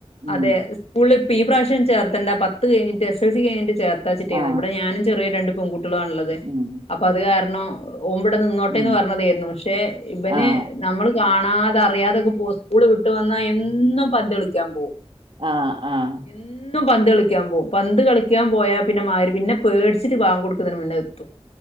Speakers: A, on the right; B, on the left.
A: ഉം
B: അതെ സ്കൂള് ഇപ്പോ ഈ പ്രാവിശ്യം ചേർത്തണ്ട പത്ത് കഴിഞ്ഞ് എസ് എൽ സി കഴിഞ്ഞ് ചേർക്കാൻ വിചാരിച്ചിട്ടായിരുന്നു
A: ആ
B: ഇവിടെ ഞാനും ചെറിയ രണ്ട് പെൺകു ട്ടികളുമാണ് ഉള്ളത്
A: ഉം
B: അപ്പോ അത് കാരണം ഓൻ ഇബടെ നിന്നോട്ടേന്ന്
A: ഉം
B: പറഞ്ഞതായിരുന്നു പക്ഷേ ഇവന്
A: ആഹ്
B: നമ്മള് കാണാ തെ അറിയാതൊക്കെ പോവും സ്കൂള് വിട്ട് വന്നാ എന്നും പന്ത് കളിക്കാൻ പോവും
A: ആഹ് ആഹ്
B: എന്നും പന്ത് കളിക്കാൻ പോവും പന്ത് കളിക്കാൻ പോയാൽ പിന്നെ മാര് പിന്നെ പേടിച്ചിട്ട് ബാങ്ക് കൊടുക്കുന്നതിന് മുന്നേ എ <inaudible>